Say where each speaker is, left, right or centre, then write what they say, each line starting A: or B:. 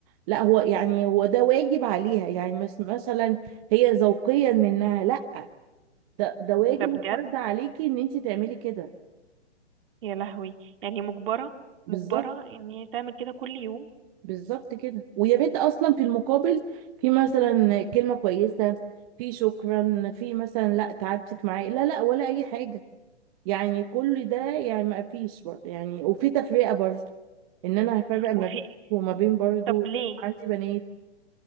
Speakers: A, on the right; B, on the right.
A: لا هو يعني هو ده واجب عليها يعني مس مثلا هي ذوقيا منها لا ده ده واجب
B: ده بجد
A: وفرض عليكي ان انت تعملي كده
B: يا لهوي يعني مجبرة
A: بالظبط
B: مجبرة ان هي تعمل كده كل يوم
A: بالظبط كده ويا ريت اصلا في المقابل في مثلا كلمه كويسه في شكرا في مثلا لا تعبتك معايا لا لا ولا اي حاجه يعني كل ده يعني ما فيش بر- يعني وفي تفرقه برضه ان انا هفرق ما
B: وفي
A: بين وما بين برضه
B: طب ليه
A: عندي بنات